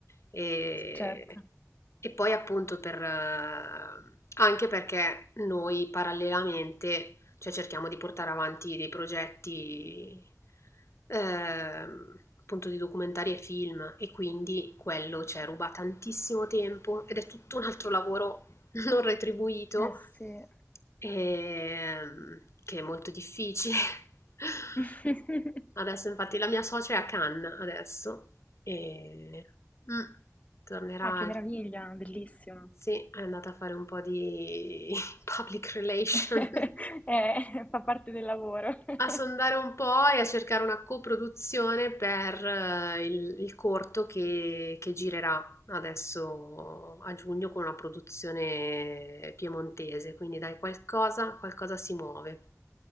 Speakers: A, on the left; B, on the left.
A: E,
B: certo.
A: e poi appunto per, eh, anche perché noi parallelamente Cioè cerchiamo di portare avanti dei progetti ehm, appunto di documentari e film e quindi quello ci ruba tantissimo tempo ed è tutto un altro lavoro <laughs> non retribuito
B: Eh sì.
A: ehm, che è molto difficile. <laughs>
B: <laughs>
A: Adesso infatti la mia socia è a Cannes adesso e mm, tornerà,
B: Ah, che meraviglia, bellissimo.
A: sì, è andata a fare un po' di <laughs> public relation
B: <laughs> Eh, fa parte del lavoro. <laughs>
A: A sondare un po' e a cercare una coproduzione per eh, il, il corto che, che girerà adesso a giugno con una produzione piemontese, quindi dai, qualcosa, qualcosa si muove.